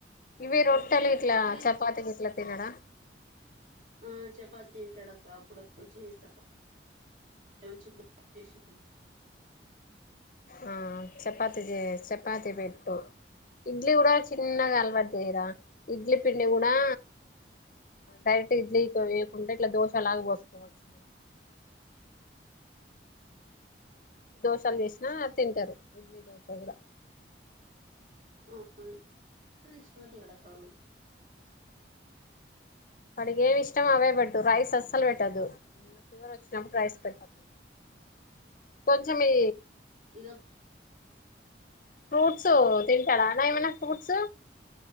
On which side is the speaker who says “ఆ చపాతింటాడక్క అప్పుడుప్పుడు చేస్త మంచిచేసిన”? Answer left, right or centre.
Right